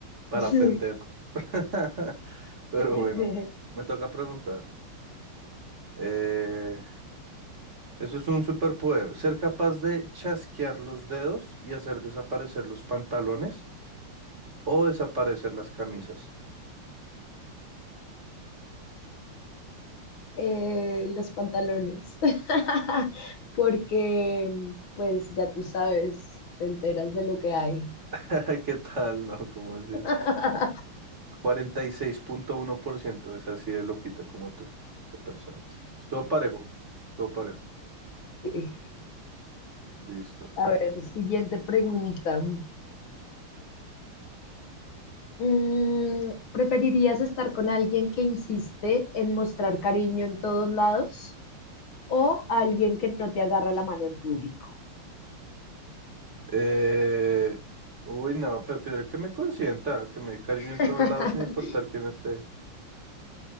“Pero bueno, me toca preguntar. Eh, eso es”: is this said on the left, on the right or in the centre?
Right